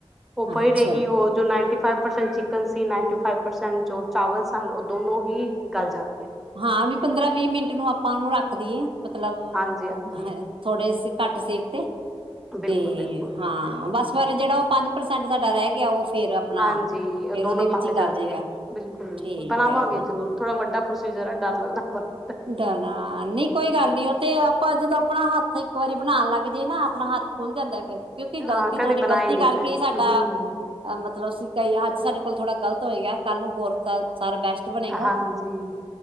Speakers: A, in the centre; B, on the right.
A: ਉਹ ਪਈ
B: ਅੱਛਾ
A: ਰਹੇਗੀ, ਉਹ ਜੋ ninety five percent chickens ninety five percent ਜੋ ਚਾਵਲ ਸਨ, ਉਹ ਦੋਨੋਂ ਹੀ ਗਲ ਜਾਣਗੇ।
B: ਹਾਂ, ਵੀ ਪੰਦਰਾਂ ਵੀਹ ਮਿੰਟ ਨੂੰ ਆਪਾਂ ਉਹਨੂੰ ਰੱਖਦੀਏ, ਮਤਲਬ
A: ਹਾਂਜੀ ਹਾਂਜੀ
B: ਥੋੜੇ ਸੇ ਘੱਟ ਸੇਕ
A: ਬਿਲਕੁਲ
B: ਤੇ,
A: ਬਿਲਕੁਲ
B: ਹਾਂ। ਬਸ ਫਿਰ ਜਿਹੜਾ ਉਹ ਪੰਜ ਪ੍ਰਸੈਂਟ ਸਾਡਾ ਰਹਿ ਗਿਆ, ਉਹ ਫੇਰ ਆਪਣਾ
A: ਹਾਂਜੀ, ਉਹ
B: ਫੇਰ
A: ਦੋਨੋ
B: ਉਹਦੇ ਵਿੱਚ
A: ਪੱਕ
B: ਹੀ
A: ਜਾਣਗੇ
B: ਗਲ ਜੇਗਾ
A: ਬਿਲਕੁਲ-ਬਿਲਕੁਲ,
B: ਠੀਕ
A: ਬਣਾਵਾਂਗੇ
B: ਹੈ
A: ਜ਼ਰੂਰ। ਥੋੜਾ ਵੱਡਾ ਪ੍ਰੋਸੀਜਰ ਐ, ਡਰ ਲੱਗਦਾ ਬਹੁਤ।
B: ਡਰਨਾ ਨਹੀਂ, ਕੋਈ ਗੱਲ ਨੀ ਉਹ ਤੇ ਆਪਾਂ ਜਦੋਂ ਆਪਣਾ ਹੱਥ ਇੱਕ ਵਾਰੀ ਬਣਾਣ ਲੱਗ ਜੇ ਨਾ, ਆਪਣਾ ਹੱਥ ਖੁੱਲ ਜਾਂਦਾ ਫਿਰ। ਕਿਉਂਕਿ ਗ਼ਲਤੀ,
A: ਹਾਂ ਕਦੀ
B: ਥੋਡੀ
A: ਬਣਾਈ
B: ਗ਼ਲਤੀ
A: ਨਹੀਂ
B: ਕਰਕੇ
A: ਮੈਂ
B: ਹੀ ਸਾਡਾ
A: ਹਮ
B: ਆ ਮਤਲਬ ਸੀਂ ਕਈ ਅੱਜ ਸਾਡੇ ਕੋਲ ਥੋੜਾ ਗਲਤ ਹੋਏਗਾ, ਕੱਲ੍ਹ ਨੂੰ ਹੋਰ ਨੂੰ ਸਾਰਾ ਬੈਸਟ ਬਣੇਗਾ
A: ਹਾਂਜੀ,